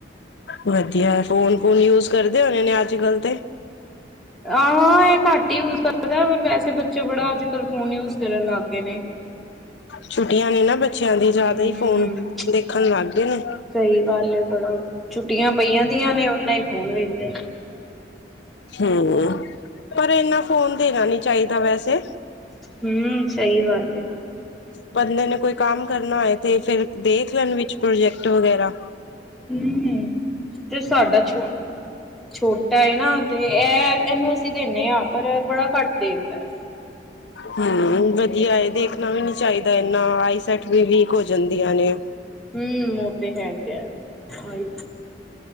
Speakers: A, on the left; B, in the centre.
A: ਵਧੀਆ ਫੋਨ ਫੋਨ ਯੂਜ ਕਰਦੇ ਹੋਣੇ ਨੇ ਅੱਜ ਕੱਲ੍ਹ ਤੇ
B: ਹਾਂ ਇਹ ਘੱਟ ਹੀ ਯੂਜ ਕਰਦਾ ਵੈਸੇ ਬੱਚੇ ਬੜਾ ਅੱਜ ਕਲ ਫੋਨ ਯੂਜ ਕਰਨ ਲੱਗ ਗਏ ਨੇ <inaudible>
A: ਛੁੱਟੀਆਂ ਨੇ ਨਾ ਬੱਚਿਆਂ ਦੀ ਜ਼ਿਆਦਾ
B: ਹਮ
A: ਹੀ ਫੋਨ ਦੇਖਣ ਲੱਗਦੇ ਨੇ
B: ਸਹੀ ਗੱਲ ਬੜਾ ਛੁੱਟੀਆਂ ਪਈਆਂ ਦੀਆਂ ਨੇ ਉਹਨਾ ਹੀ ਫੋਨ ਵੇਖਦੇ ਨੇ
A: ਹਮ ਪਰ ਇਨਾ ਫੋਨ ਦੇਣਾ ਨੀ ਚਾਹੀਦਾ ਵੈਸੇ
B: ਹਮ ਸਹੀ ਬਾੱਲ ਹੈ
A: ਬੰਦੇ ਨੇ ਕੋਈ ਕੰਮ ਕਰਨਾ ਹੋਏ ਤੇ ਫੇਿਰ ਦੇਖ ਲੈਣ ਵਿੱਚ ਪ੍ਰੋਜੈਕਟ ਵਗੈਰਾ
B: ਹਮ ਤੇ ਸਾਡਾ ਛੂਟ ਛੋਟਾ ਹੈ ਨਾ ਤੇ ਇਹ ਇਹਨੂੰ ਅਸੀਂ ਦਿੰਦੇ ਹਾਂ ਪਰ ਬੜਾ ਘੱਟ ਦੇਖਦਾ ਹੈ
A: ਹਮ ਵਧੀਆ ਦੇਖਣਾ ਵੀ ਨੀ ਚਾਹੀਦਾ ਇੰਨਾ ਆਈਸੈਟ ਵੀ ਵੀਕ ਹੋ ਜਾਂਦੀਆਂ ਨੇ
B: ਹਮ ਉਹ ਤੇ ਹੈਗਾ